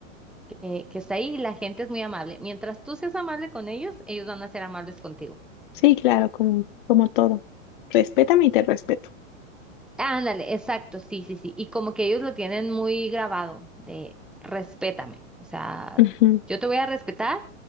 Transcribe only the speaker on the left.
Sí, claro, como, como todo. Respétame y te respeto.
Ujú,